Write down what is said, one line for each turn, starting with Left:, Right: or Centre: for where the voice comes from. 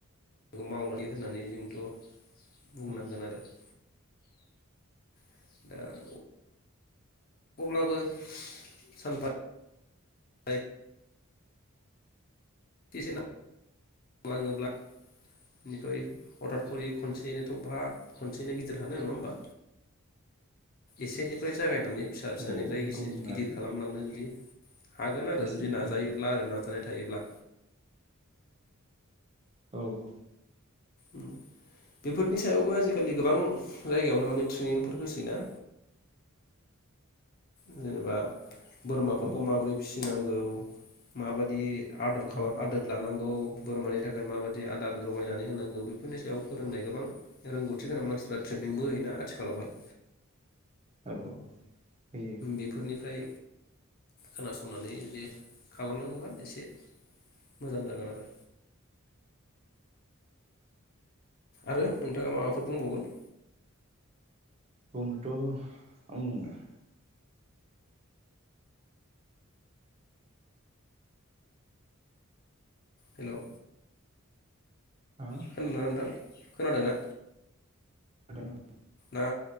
Left: खौ मावनानै होनानै जोंथ'
Right: आरो
Left: बुंनांगोन आरो <inaudible> <unintelligible> अब्लाबो सानफा <unintelligible> <unintelligible> लाङोब्ला निफ्राय हथात खरि खनसेयैनोथ' बा खनसेनो गिदिर हानो नङा होमबा एसेनिफ्राय जागाय नानै फिसा फिसानिफ्राय
Right: औ नंगौ
Left: गिसिर
Right: नंनायालाय
Left: गिदिर खालामलांनो जुदि हागोन आरो
Right: नोंसिनिफ्राय
Left: जुदि नाजायोब्ला
Right: औ
Left: आरो नाजानाय थायोब्ला
Right: औ औ
Left: ओम बेफोरनि सायावबो आजिखालि गोबां जायगायावनो माने ट्रेनिंफोर होसैना जेनेबा बोरमाफोरखौ
Right: औ
Left: माबोरै फि फिनांगौ माबादि आदर खालाम
Right: औ
Left: आदोर लानांगौ बोरमानि थाखाय माबायदि आदार जगायनानै होनांगौ बेफोरनि सायाव फोरोंनाय गोबां रोंगौथि गोनां मानसिफ्रा ट्रेनिंबो होयोना आथिखालावहाय
Right: औ फैयो
Left: बेफोरनिफ्राय खोनासंनानै जुदि खालामलाङोबा एसे मोजां जागोन आरो आरो नोंथाङा माबाफोर बुंबावगोन
Right: बुंनोथ' <unintelligible>
Left: हेलौ
Right: हा
Left: खोनादोंना नोंथां? खोनादोंना?
Right: खोनादों औ
Left: ना